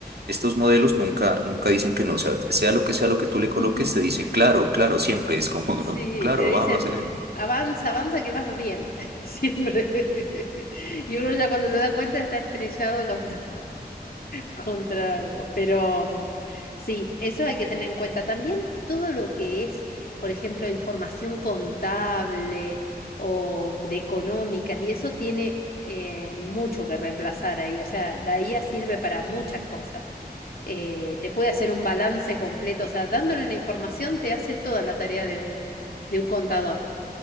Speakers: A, on the right; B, on the left.
A: estos modelos nunca, nunca dicen que no, o sea, sea lo que sea lo que tú le coloques,
B: <laughs>
A: te dice, claro, claro, siempre es como,
B: Sí,
A: ¿no? Claro,
B: te dicen,
A: vamos a hacer.
B: avanza, avanza, que vas bien, <laughs> siempre. <laughs> Y uno ya cuando se da cuenta está estrellado contra, contra algo. Pero mm, sí, eso hay que tener en cuenta. También todo lo que es, por ejemplo, información contable o de económicas, y eso tiene eh, mucho que reemplazar ahí. O sea, la IA sirve para muchas cosas. Eh, te puede hacer un balance completo, o sea, dándole la información te hace toda la tarea de un, de un contador.